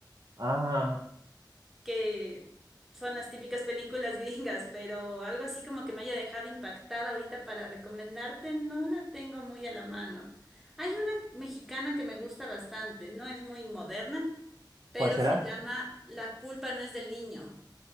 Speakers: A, on the right; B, in the centre.
A: Ajá,
B: que son las típicas películas <laughs> gringas, pero algo así como que me haya dejado impactada ahorita para recomendarte, no la tengo muy a la mano. Hay una mexicana que me gusta bastante, no es muy moderna, pero
A: ¿cuál será?
B: se llama La culpa no es del niño.